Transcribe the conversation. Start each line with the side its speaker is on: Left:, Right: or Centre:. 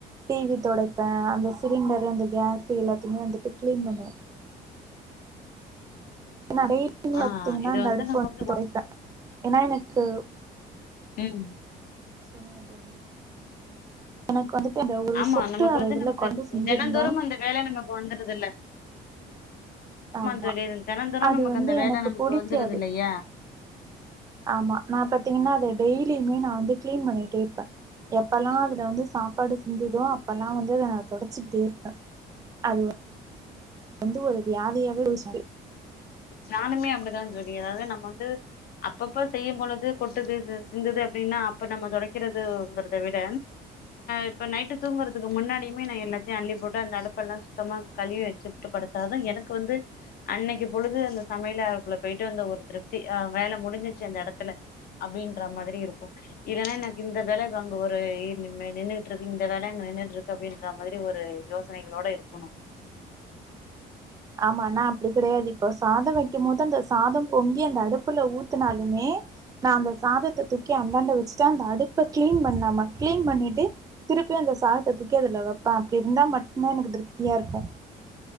Right: டிவி தொடைப்ப அந்த சிலிண்டரு அந்த கேஸ் எல்லாத்தையுமே வந்துட்டு கிளீன் பண்ணுவ நடை பாத்தீங்கன்னா
Left: ஆ இது
Right: அந்த அடுப்பு
Left: நம்ம
Right: வந்து தொடைப்பே
Left: ஒ-
Right: ஏனா எனக்கு
Left: ம்
Right: சொல்லுங்க தோழி எனக்கு வந்துட்டு இந்த ஒரு
Left: ஆமா
Right: சொட்டு
Left: நமக்கு
Right: அந்த
Left: வந்து
Right: இதுல
Left: நமக்கு
Right: கொழம்பு சிந்திருந்தா
Left: தினந்தோறும் அந்த வேல நமக்கு வந்துருதுல்ல
Right: ஆமா
Left: தோழி இது தினந்தோறும்
Right: அது
Left: நமக்கு
Right: வந்து
Left: அந்த வேல
Right: எனக்கு
Left: நமக்கு
Right: புடிக்காது
Left: வந்துருது இல்லையா
Right: ஆமா நா பாத்தீங்கன்னா அத டெய்லியுமே நா வந்து கிளீன் பண்ணிட்டே இருப்பே எப்பல்லா அதுல வந்து சாப்பாடு சிந்துதோ அப்பெல்லா வந்து அத நா தொடச்சிக்கிட்டே இருப்பே அதுவ அது வந்து ஒரு வியாதியாவே போய்ச்சு
Left: நானுமே அப்டிதா தோழி அதாது நம்ம வந்து அப்பப்ப செய்யு போழுது கொட்டுது சிந்துது அப்டின்னா அப்ப நம்ம தொடைக்கிறதுங்கறத விட இப்ப நைட்டு தூங்குறதுக்கு முன்னாடியுமே நா எல்லாத்தையு அள்ளி போட்டு அந்த அடுப்பெல்லா சுத்தமாக கழுவி வச் சிட்டு படுத்தாத தா எனக்கு வந்து அன்னைக்கு பொழுது அந்த சமையலக்குள்ள போயிட்டு வந்த ஒரு திருப்தி வேல முடிஞ்சிச்சு அந்த எடத்துல அப்படின்ற மாதிரி இருக்கு இல்லன்னா எனக்கு இந்த வேல அங்க ஒரு நின்னுட்டு இருக்கு இந்த வேல அங்க நின்னுட்டு இருக்கு அப்படின்ற மாதிரி ஒரு யோசனைகளோட இருக்கணு
Right: ஆமா நா அப்டி கெடையாது இப்போ சாத வைக்கும் போது அந்த சாத பொங் கி அந்த அடுப்புல ஊத்துனாலுமே நா அந்த சாதத்த தூக்கி அந்தாண்ட வச்சுட்டு அந்த அடுப்ப கிளீன் பண்ணாமா கிளீன் பண்ணிட்டு திருப்பி அந்த சாதத்த தூக்கி அதுல வைப்ப அப்டி இருந்தா மட்டுந்தா எனக்கு திருப்தியா இருக்கு